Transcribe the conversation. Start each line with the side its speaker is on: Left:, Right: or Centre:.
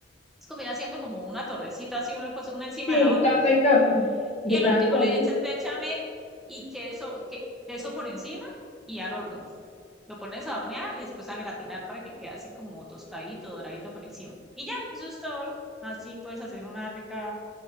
Centre: Es como ir haciendo como una torrecita así, una cosa, una encima
Left: Sí,
Centre: de la otra.
Left: capa y capa de
Centre: Y al
Left: cada
Centre: último
Left: cosa.
Centre: le echas bechamel y queso, que, queso por encima y al horno. Lo pones a hornear y después a gratinar para que quede así como tostadito, doradito por encima. Y ya, eso es todo. Así puedes hacer una rica,